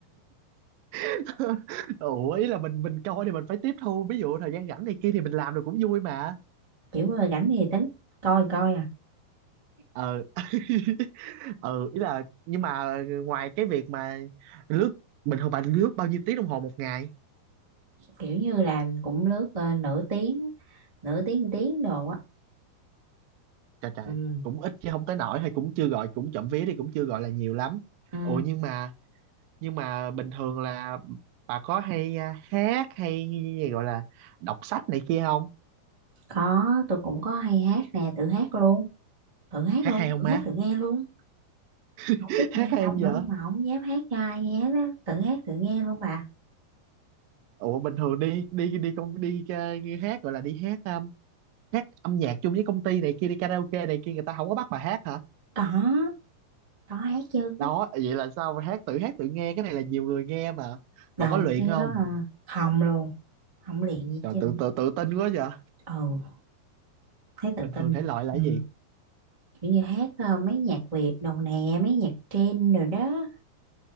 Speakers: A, on the right; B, on the right.
A: <laughs> ủa ý là mình mình coi thì mình phải tiếp thu ví dụ thời gian rảnh này kia thì mình làm được cũng vui mà
B: kiểu ờ, rảnh thì tính coi thì coi à
A: ờ <laughs> ừ ý là nhưng mà ngoài cái việc mà lướt bình thường bà lướt bao nhiêu tiếng đồng hồ một ngày
B: kiểu như là cũng lướt ờ, nửa tiếng nửa tiếng tiếng đồ á
A: trời trời
B: ừ.
A: cũng ít chứ không tới nổi hay cũng chưa gọi cũng chậm vía đi cũng chưa gọi là nhiều lắm
B: ừ
A: ủa nhưng mà nhưng mà bình thường là bà có hay à, hát hay gì gọi là đọc sách này kia không
B: có tôi cũng có hay hát nè tự hát luôn thử hát
A: hát
B: luôn
A: hay
B: thử
A: không má
B: hát thử nghe luôn không
A: <laughs>
B: biết
A: hát
B: hay
A: hay
B: không
A: không vợ
B: nữa mà không dám hát cho ai nghe đó thử hát tự nghe luôn bà
A: ủa bình thường đi đi đi công đi, à, hát gọi là đi hát um, hát âm nhạc chung với công ty này kia đi karaoke này kia người ta không có bắt bà hát hả
B: có có hát chứ
A: đó vậy là sao mà hát tự hát tự nghe cái này là nhiều người nghe mà
B: đầu
A: bà có luyện
B: thế
A: không
B: đó là không luôn không luyện gì
A: trời
B: chứ
A: tự tự tự tin quá vậy
B: ừ thấy tự
A: bình
B: tin
A: thường thể loại là
B: ừ.
A: cái gì
B: kiểu như hát ờ, mấy nhạc Việt đồ nè mấy nhạc trend rồi đó